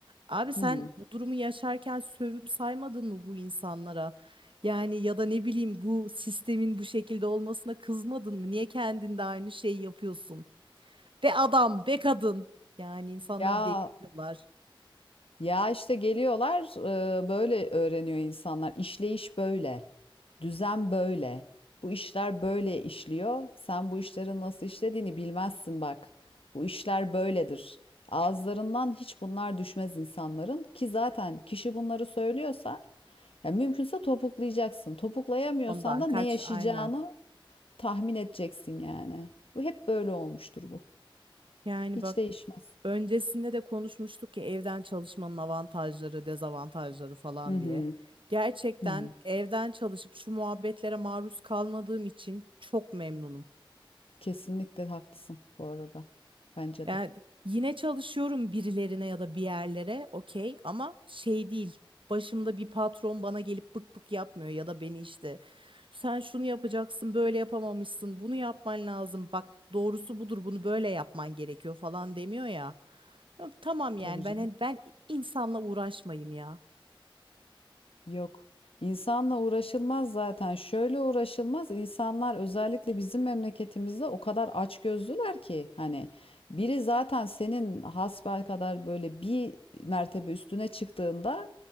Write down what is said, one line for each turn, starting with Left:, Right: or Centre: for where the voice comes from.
Right: Abi sen
Left: Hı hı.
Right: bu durumu yaşarken sövüp saymadın mı bu insanlara? Yani ya da ne bileyim bu sistemin bu şekilde olmasına kızmadın mı? Niye kendinde aynı şeyi yapıyorsun? Be adam, be kadın. Yani insanları
Left: Ya
Right: deli ediyorlar.
Left: Ya işte geliyorlar e, böyle öğreniyor insanlar. İşleyiş böyle. Düzen böyle. Bu işler böyle işliyor. Sen bu işlerin nasıl işlediğini bilmezsin bak. Bu işler böyledir. Ağızlarından hiç bunlar düşmez insanların ki zaten kişi bunları söylüyorsa ya mümkünse topuklayacaksın. Topuklayamıyorsan
Right: Ondan
Left: da
Right: kaç
Left: ne yaşayacağını
Right: aynen.
Left: tahmin edeceksin yani. Bu hep böyle olmuştur bu.
Right: Yani
Left: Hiç
Right: bak
Left: değişmez.
Right: öncesinde de konuşmuştuk ya evden çalışmanın avantajları, dezavantajları falan
Left: Hı hı.
Right: diye. Gerçekten
Left: Hı hı.
Right: evden çalışıp şu muhabbetlere maruz kalmadığım için çok memnunum.
Left: Kesinlikle haklısın bu arada. Bence
Right: Yani
Left: de.
Right: yine çalışıyorum birilerine ya da bir yerlere okey ama şey değil. Başımda bir patron bana gelip bık bık yapmıyor ya da beni işte sen şunu yapacaksın böyle yapamamışsın bunu yapman lazım bak doğrusu budur bunu böyle yapman gerekiyor falan demiyor ya. Ya Tamam yani
Left: Tabii
Right: ben
Left: canım.
Right: hani ben insanla uğraşmayayım ya.
Left: Yok. İnsanla uğraşılmaz zaten. Şöyle uğraşılmaz. İnsanlar özellikle bizim memleketimizde o kadar açgözlüler ki hani biri zaten senin hasbelkader böyle bir mertebe üstüne çıktığında